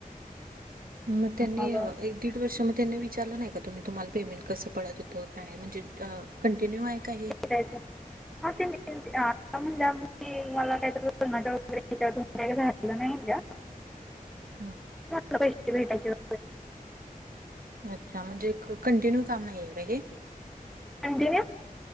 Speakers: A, on the right; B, in the centre.
A: मग त्यांनी
B: मग
A: एक दीड वर्ष मग त्यांनी विचारलं नाही का तुम्ही तुम्हाला पेमेंट कसं पडत होतं? त काय म्हणजे कंटिन्यू आहे का हे?
B: काय झालं. आता म्हणल्यावर म्हणली मला काहीतरी <inaudible> वगैरे हच्यातून काही झालेलं नाही,
A: हा
B: <inaudible> पैसे भेटायचे होते.
A: अच्छा म्हणजे कंटिन्यू काम नाहीे आहे का हे?
B: कंटिन्यू